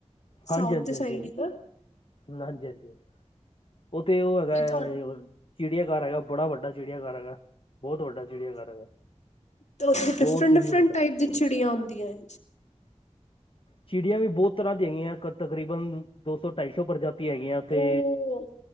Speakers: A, on the left; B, on the left.
A: ਸਾਊਥ
B: ਹਾਂਜੀ ਹਾਂਜੀ
A: ਦੇ ਸਾਈਡ
B: ਹਾਂਜੀ
A: ਹੀ ਨਾ।
B: ਹਾਂਜੀ ਹਾਂਜੀ ਉਹ ਤੇ ਉਹ ਹੈਗਾ
A: ਤੁਹਾ ਤੇ
B: ਏ ਚਿੜੀਆ ਘਰ ਹੈਗਾ ਬੜਾ ਵੱਡਾ ਚਿੜਆ ਘਰ ਹੈਗਾ ਬਹੁਤ ਵੱਡਾ ਚਿੜੀਆ ਘਰ ਹੈਗਾ,
A: ਤੇ ਉੱਥੇ ਡਿਫਰੈਂਟ
B: ਬਹੁਤ ਹੀ
A: ਡਿਫਰੈਂਟ
B: ਵੱਡਾ।
A: ਟਾਈਪ ਦੀ ਚਿੜੀਆਂ ਹੁੰਦੀਆਂ ਏ
B: ਚਿੜੀਆਂ ਵੀ ਬਹੁਤ ਤਰ੍ਹਾਂ ਦੀਆਂ ਹੈਗੀਆਂ ਤਕਰੀਬਨ ਦੋ ਸੌ ਢਾਈ ਸੌ ਪ੍ਰਜਾਤੀ ਤੀ ਹੈਗੀਆਂ ਉੱਥੇ
A: ਓ